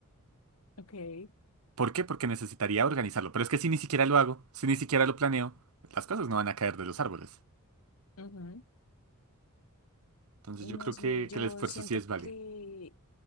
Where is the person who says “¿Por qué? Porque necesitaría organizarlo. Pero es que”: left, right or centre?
Right